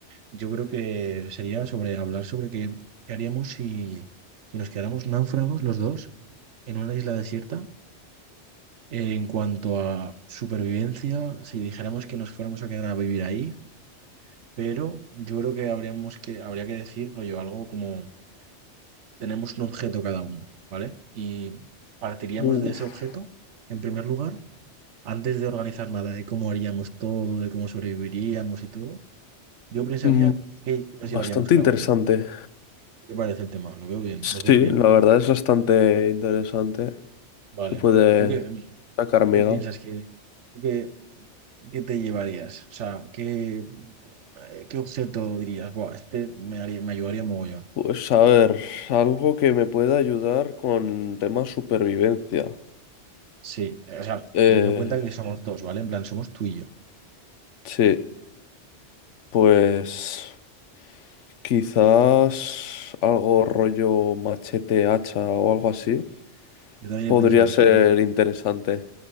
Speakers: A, on the right; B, on the left.
A: Yo creo que sería sobre hablar sobre qué, qué haríamos si, si nos quedáramos náufragos los dos en una isla desierta. En cuanto a supervivencia, si dijéramos que nos fuéramos a quedar a vivir ahí pero yo creo que habríamos que, habría que decir, rollo, algo como tenemos un objeto cada uno, ¿vale? Y partiríamos
B: Uf.
A: de ese objeto, en primer lugar, antes de organizar nada, de cómo haríamos todo, de cómo sobreviviríamos y todo, yo pensaría
B: Mm,
A: qué nos
B: bastante
A: llevaríamos cada
B: interesante.
A: uno. ¿Qué te parece el tema? ¿Lo veo bien?
B: Sí,
A: ¿Lo ves bien?
B: la verdad es bastante interesante.
A: Vale.
B: Se puede
A: ¿Tú qué,
B: sacar miga.
A: qué piensas que, tú qué, qué te llevarías? O sea, ¿qué, eh, qué objeto dirías? Buah, este me haría- me ayudaría mogollón.
B: Pues a ver, algo que me pueda ayudar con temas supervivencia.
A: Sí, o sea,
B: Eh,
A: teniendo en cuenta que somos dos, ¿vale? En plan, somos tú y yo.
B: sí, pues quizás algo rollo machete, hacha o algo así.
A: Yo también
B: Podría
A: he pensado
B: ser
A: eso, he pensado
B: interesante.